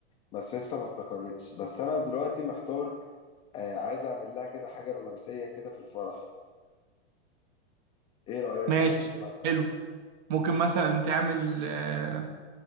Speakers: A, on the left (about 15°); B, on the right (about 45°).
A: بس لسه ما استقرتش بس انا دلوقتي محتار آه، عايز اعمل لها كده حاجه رومانسيه كده في الفرح ايه رايك
B: ماشي
A: نعمل ايه مثلا
B: حلو ممكن مثلا تعمل آه،